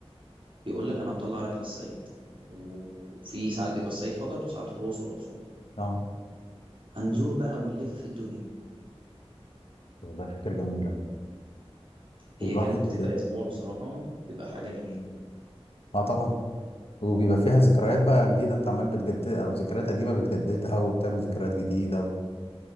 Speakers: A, on the right; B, on the left.
A: يقول لك انا مطلع رحله الصعيد وفي ساعات بيبقى الصعيد فقط وساعات الاقصر واسوان
B: اه
A: هنزور بقى ونلف في الدنيا
B: والله فكره جميله والواحد
A: هي كانت بتبقى اسبوع بصراحه وبتبقى حاجه جميله
B: اه طبعا وبيبقى فيها ذكريات بقى جديدة انت عمال بتجدد او ذكريات قديمة بتجددها وبتعمل ذكريات جديدة